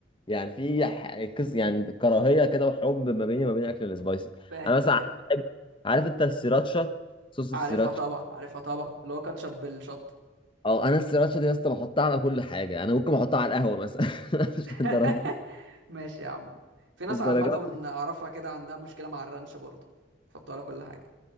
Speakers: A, on the left; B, on the right.
A: يعني في ح- كس يعني كراهية كده وحب ما بيني وما بين أكل السبايسي
B: فاهم
A: أنا مثلا
B: فاهم
A: عارف بحب- عارف أنت السيراتشا صوص
B: عارفها
A: السيراتشا
B: طبعا عارفها طبعا اللي هو كاتشب بالشطه
A: أو أنا السيراتشا دي يا اسطى بحطها على كل حاجة أنا ممكن أحطها على القهوة مثلا <laughs> مش
B: <laughs>
A: الدرجات
B: ماشي يا عم في ناس
A: الدرجات
B: عامه من اعرفها كده عندها مشكله مع الرانش برضه حطوا على كل حاجه